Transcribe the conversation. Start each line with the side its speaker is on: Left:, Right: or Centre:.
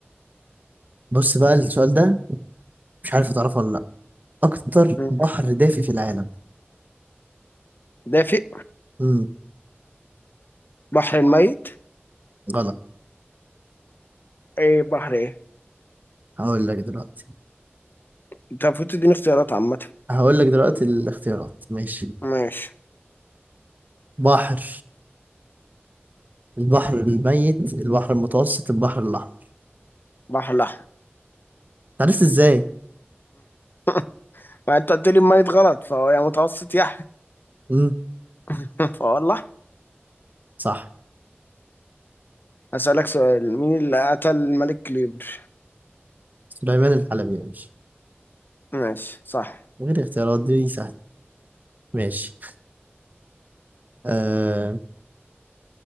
Right: بص بقى السؤال ده مش عارف تعرفه ولا لأ أكتر
Left: مم.
Right: بحر دافي في العالم
Left: دافئ
Right: مم.
Left: بحر الميت
Right: غلط
Left: ايه بحر ايه
Right: هقول لك دلوقتي
Left: انت المفروض تديني اختيارات عامة
Right: هقول لك دلوقتي الاختيارات ماشي
Left: ماشي
Right: بحر البحر الميت البحر المتوسط البحر الأحمر
Left: بحر الأحمر
Right: عرفت إزاي؟
Left: <laughs> ما انت قلت لي الميت غلط فهو يا متوسط يا أحمر.
Right: مم.
Left: <laughs> فوالله
Right: صح
Left: هسألك سؤال مين اللي قتل الملك كليبر
Right: سليمان الحلبي يعني
Left: ماشي صح
Right: من غير اختيارات دي سهلة ماشي آه